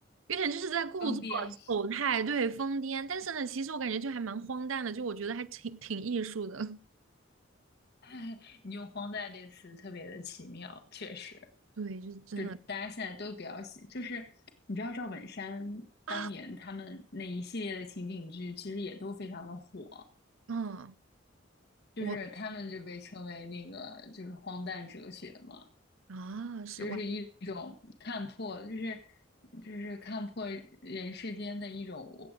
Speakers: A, on the right; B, on the left.
A: 有点就是在故作丑态，
B: 疯癫。
A: 对，疯癫。但是呢，其实我感觉就还蛮荒诞的，就我觉得还挺挺艺术的。<laughs>
B: <laughs> 你用“荒诞”这词特别的奇妙，确实，
A: 对，就是真的
B: 就大家现在都比较喜，就是你知道赵本山当年他们那一系列的情景剧，
A: 啊，
B: 其实也都非常的火，
A: 嗯，
B: 就是他们就被称为那个就是荒诞哲学嘛。
A: 我啊，是我。
B: 就是一种看破，就是就是看破人世间的一种